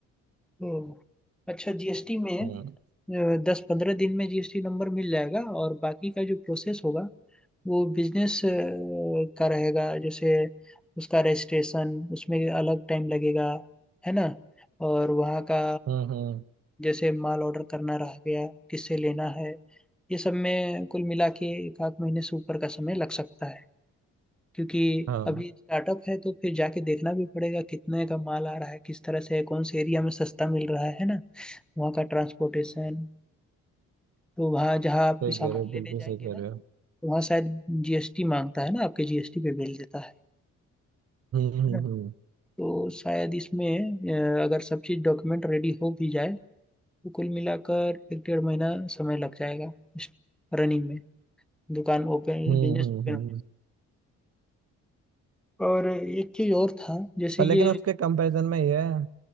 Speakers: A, in the centre; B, on the right.
A: हम्म अच्छा जीएसटी में
B: हम्म
A: दस पंद्रह दिन में जीएसटी नंबर मिल जाएगा और बाकी का जो प्रोसेस होगा वो बिजनेस का रहेगा जैसे उसका रजिस्ट्रेशन उसमें अलग टाइम लगेगा है ना और वहाँ का
B: हम्म हम्म,
A: जैसे माल ऑर्डर करना रह गया किससे लेना है ये सब में कुल मिला के एक आध महीने से ऊपर का समय लग सकता है क्योंकि
B: हाँ
A: अभी स्टार्टअप है तो फिर जाके देखना भी पड़ेगा कितने का माल आ रहा है किस तरह से है कौन से एरिया में सस्ता मिल रहा है है ना वहाँ का ट्रांसपोर्टेशन तो वहाँ जहाँ आप
B: सही
A: सामान
B: कह रहे हो
A: लेने
B: बिल्कुल
A: जाएंगे
B: सही कह
A: ना तो
B: रहे हो
A: वहाँ शायद जीएसटी मांगता है ना आपके जीएसटी पे बिल देता है
B: हम्म हम्म
A: है ना
B: हम्म
A: तो शायद इसमें अ, अगर सब चीज़ डॉक्यूमेंट रेडी हो भी जाए तो कुल मिलाकर एक डेढ़ महीना समय लग जाएगा रनिंग में दुकान ओपन
B: हम्म
A: बिजनेस
B: हम्म
A: ओपन
B: हम्म।
A: होने
B: हम्म।
A: में। और एक चीज़ और था जैसे
B: पर
A: ये
B: लेकिन उसके कंपैरिजन में ये है